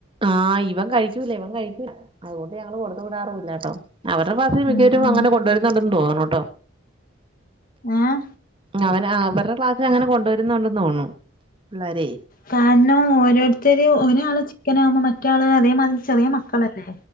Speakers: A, on the right; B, on the left.
A: ആഹ് ഇവൻ കഴിക്കൂല്ല ഇവൻ കഴിക്കൂല്ല അതുകൊണ്ട് ഞങ്ങള് കൊടുത്ത് വിടാറൂല്ലാട്ടോ അവരുടെ ഭാഗത്തിന് മിക്കവരും
B: ഉം ഉം
A: അങ്ങനെ കൊണ്ടുവരുന്നുണ്ടെന്ന് തോന്നണുട്ടോ
B: ഏഹ്
A: അ അവൻ ആഹ് അവരുടെ ക്ലാസ്സിൽ അങ്ങനെ കൊണ്ടുവരുന്നുണ്ടെന്ന് തോന്നുണു പിള്ളാരേ
B: കാരണം ഓരോരുത്തര് ഒരാള് ചിക്കനാവുമ്പോ മറ്റേ ആള് അതേമാതിരി ചെറിയ മക്കളല്ലേ